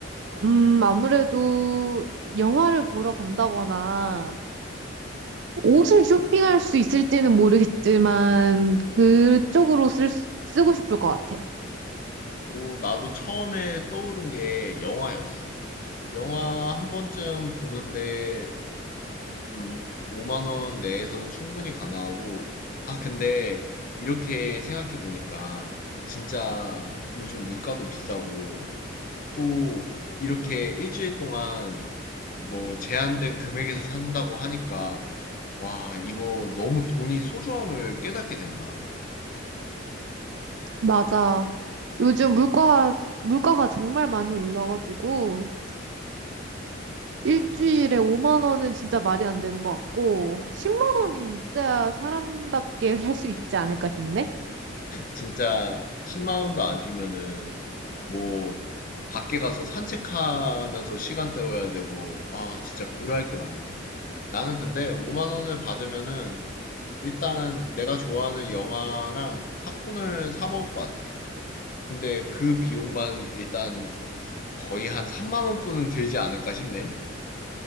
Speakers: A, on the right; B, on the left.
A: 음, 아무래도 영화를 보러 간다거나 옷을 쇼핑할 수 있을지는 모르겠지만 그쪽으로 쓸, 수- 쓰고 싶을 것 같아.
B: 뭐, 나도 처음에 떠오른 게 영화였어. 영화 한 번쯤 보는데, 음, 5만 원 내에서는 충분히 가능하고, 아, 근데 이렇게 생각해 보니까, 진짜 요즘 물가도 비싸고, 또 이렇게 일주일 동안 뭐 제한된 금액에서 산다고 하니까, 와, 이거 너무 돈이 소중함을 깨닫게 된다.
A: 맞아. 요즘 물가, 물가가 정말 많이 올라가지고 일주일에 5만 원은 진짜 말이 안 되는 것 같고 10만 원은 있어야 사람답게 살 수 있지 않을까 싶네.
B: 진짜 10만 원도 안 주면은 뭐 밖에 가서 산책하면서 시간 때워야 되고 아 진짜 고려할 게 많네. 나는 근데 5만 원을 받으면은 일단 내가 좋아하는 영화랑 팝콘을 사 먹을 것 같아. 근데 그 비용만 일단 거의 한 3만 원 돈은 들지 않을까 싶네.